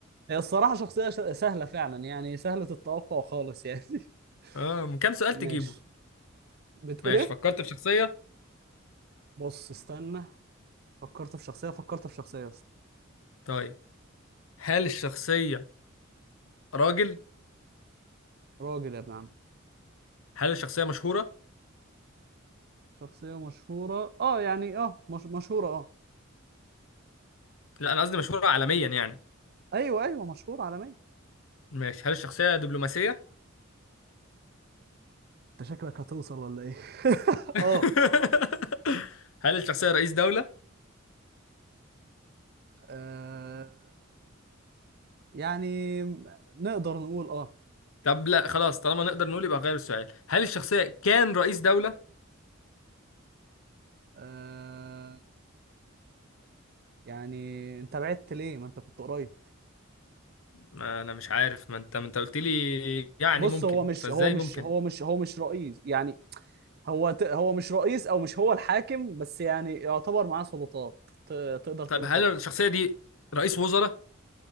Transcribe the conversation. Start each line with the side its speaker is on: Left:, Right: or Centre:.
Right: هي الصراحة شخصية ش- سهلة فعلا يعني سهلة التوقع خالص يعني <laughs>
Left: اه من كام سؤال
Right: ماشي
Left: تجيبه
Right: بتقول
Left: ماشي
Right: ايه؟
Left: فكرت في شخصيه
Right: بص استنى فكرت في شخصية فكرت في شخصية يا اسطى
Left: طيب هل الشخصيه راجل
Right: راجل يا ابن عم
Left: هل الشخصيه مشهوره
Right: شخصية مشهورة اه يعني اه مش مشهورة اه
Left: لا انا قصدي مشهوره عالميا يعني
Right: ايوه ايوه مشهورة عالميا
Left: ماشي هل الشخصيه دبلوماسيه
Right: انت شكلك هتوصل ولا ايه؟ <laughs>
Left: <laughs>
Right: اه
Left: هل الشخصيه رئيس دوله
Right: آه، يعني نقدر نقول اه
Left: طب لا خلاص طالما نقدر نقول يبقى غير السؤال هل الشخصية كان رئيس دولة؟
Right: آه، يعني انت بعدت ليه ما انت كنت قريب
Left: ما أنا مش عارف ما أنت ما أنت قلت لي يعني
Right: بص
Left: ممكن
Right: هو مش
Left: فإزاي
Right: هو مش
Left: ممكن؟
Right: هو مش هو مش رئيس يعني هو ت... هو مش رئيس او مش هو الحاكم بس يعني يعتبر معاه سلطات ت... تقدر تقول
Left: طب هل
Right: كده
Left: الشخصية دي رئيس وزراء؟